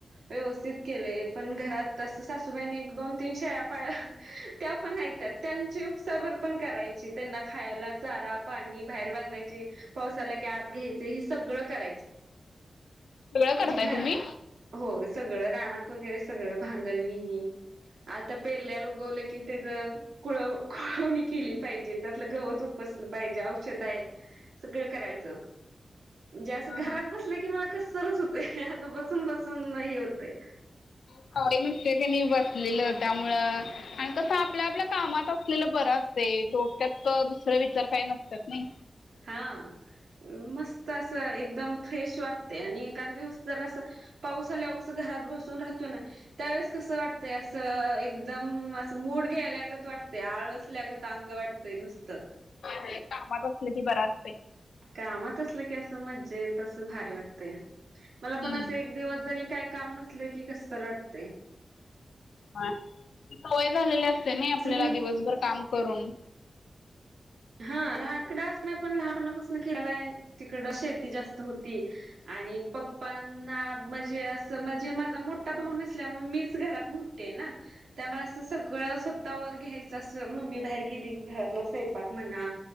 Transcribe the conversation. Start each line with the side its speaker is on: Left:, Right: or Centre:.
Right: व्यवस्थित केलय पण घरात तस सासूबाईन एक दोन तीन शेळ्या पाळळ्या - त्या पण हायत्या त्यांची उपसाभर पण करायची त्यांना खायला चारा पाणी बाहेर बांधायची पाऊस आला की आत घ्यायचं ही सगळं करायचं
Left: <inaudible>
Right: <unintelligible>
Left: करताय तुम्ही
Right: होय सगळं रानात वगैरे सगळं भांगलणी ही आता पेरल्याला उगवलं की त्याच कुळव कुळवणी केली पाहिजे त्यातलं गवत उपसलं पाहिजे औषध आहे सगळं करायचं म्हणजे असं
Left: हा
Right: घरात
Left: हा
Right: बसलं की मला कसतरच होतय असं बसून बसून हे होतय
Left: <unintelligible> नुसते कणी बसलेलं त्यामुळ आणि कसं आपल्या आपल्या कामात असलेलं बरं असतय डोक्यात दुसर विचार काही नसत्यात नई
Right: हा मस्त असं एकदम फ्रेश वाटतय आणि एकांदिवस जर असं - पाऊस आल्यावर कस घरात बसून राहतो ना त्यावेेळेस कस वाटतय असं एकदम असं मूड गेल्यागत वाटतय आळसल्यागत अंग वाटत - ते नुसतं
Left: व्हय कामात असल की बर असतय
Right: कामात असलं कि असं मज्जेत असं भारी वाटतयं
Left: हम्म
Right: मला पण असं एक - दिवस जरी काय काम नसल कि कसं तरी वाटतयं
Left: हा ती सवय झालेली असते नई
Right: तसं
Left: आपल्याला
Right: मी
Left: दिवसभर काम करून
Right: हा लहानकडं असणार <inaudible> पण लहानपणापासून केलाय तिकडं शेती जास्त होती आणि पप - <unintelligible> म्हणजे असं म्हणजे माझा मोठा भाऊ नसल्यामुळे मीचं घरात मोठी हाय ना. त्यामुळे असं सगळं स्वतः वर घ्यायचं असं मम्मी बाहेर गेली घरातला सैपाक म्हणा